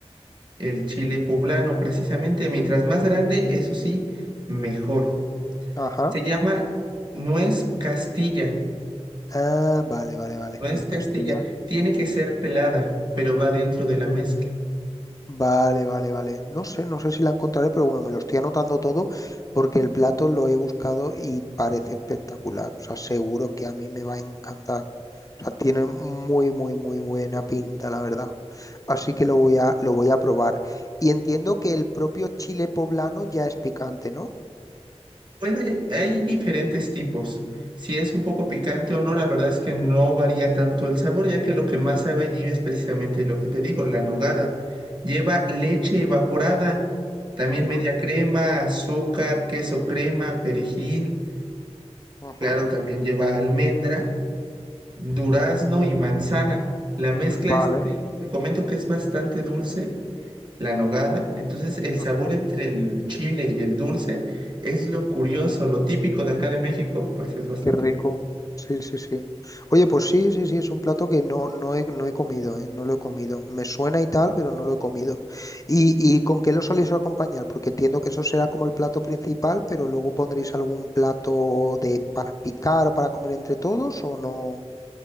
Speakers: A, on the right; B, on the left.
A: el chile poblano, precisamente. Mientras más grande, eso sí, mejor.
B: Ajá.
A: Se llama nuez Castilla.
B: Ah, vale, vale, vale.
A: Nuez
B: No es
A: Castilla.
B: Castilla.
A: Tiene que ser pelada, pero va dentro de la mezcla.
B: Vale, vale, vale. No sé, no sé si la encontraré, pero bueno, me lo estoy anotando todo porque el plato lo he buscado y parece espectacular. O sea, seguro que a mí me va a encantar. O sea, tiene muy, muy, muy buena pinta, la verdad. Así que lo voy a, lo voy a probar. Y entiendo que el propio chile poblano ya es picante, ¿no?
A: Bueno, hay hay diferentes tipos. Si es un poco picante o no, la verdad es que no varía tanto el sabor, ya que lo que más sabe allí es precisamente lo que te digo, la nogada. Lleva leche evaporada, también
B: Ujú,
A: media crema, azúcar, queso crema, perejil.
B: ujú.
A: Claro, también lleva almendra, durazno y manzana. La mezcla
B: Vale.
A: es, te te comento que es bastante dulce la nogada. Entonces, el
B: ujú.
A: sabor entre el chile y el dulce es lo curioso, lo típico de acá de México, pues es bastante
B: Qué rico.
A: bueno.
B: Sí, sí, sí. Oye, pues sí, sí, sí, es un plato que no, no he, no he comido, ¿eh? No lo he comido. Me suena y tal, pero no lo he comido. ¿Y, y con qué lo soléis acompañar? Porque entiendo que eso será como el plato principal, pero luego pondréis algún plato de para picar o para comer entre todos o no.